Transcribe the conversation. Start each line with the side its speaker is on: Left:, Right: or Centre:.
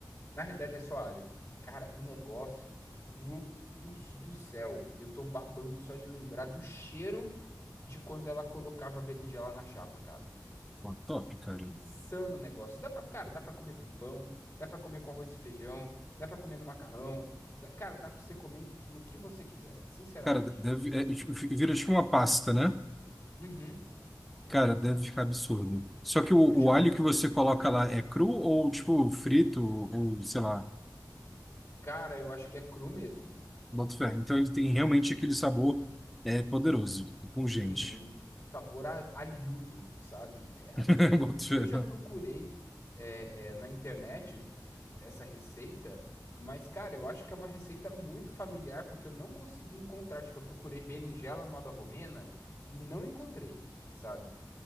Left: na realidade é só alho. Cara, o negócio, meu Deus do céu, eu tô babando só de lembrar do cheiro de quando ela colocava a berinjela na chapa, cara.
Centre: Pô, top, cara.
Left: Fica insano o negócio. Dá pra, cara, dá pra comer com pão, dá pra comer com arroz e feijão, dá pra comer no macarrão, dá- cara, dá pra você comer no que você quiser, sinceramente.
Centre: Cara, deve, é, tipo, fica- vira tipo uma pasta, né?
Left: Uhum.
Centre: Cara, deve ficar absurdo. Só que o, o
Left: Eu já
Centre: alho que você coloca lá é cru ou, tipo, frito, ou sei lá,
Left: Cara, eu acho que é cru mesmo.
Centre: boto fé. Então ele tem realmente
Left: Eu acho que
Centre: aquele
Left: é cru.
Centre: sabor é, poderoso, pungente.
Left: Sim, um sabor a- alhudo, sabe? É absurdo.
Centre: <laughs> Boto fé.
Left: Eu já procurei é, é, na internet eh, essa receita, mas, cara, eu acho que é uma receita muito familiar, porque eu não consegui encontrar. Tipo, eu procurei berinjela à moda romena e não encontrei, sabe?